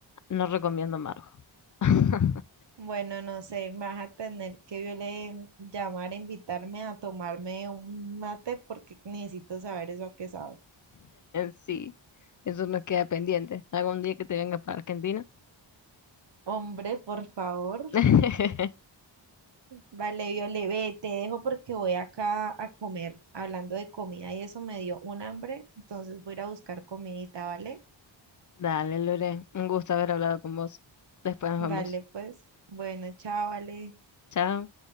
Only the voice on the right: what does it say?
Bueno, no sé, me vas a tener que yo llamar a invitarme a tomarme un mate porque necesito saber eso a qué sabe.
Hombre, por favor.
Vale, Viole, ve, te dejo porque voy acá a comer. Hablando de comida y eso me dio un hambre, entonces voy a ir a buscar comidita, ¿vale?
Vale,
pues, bueno, chao, vale.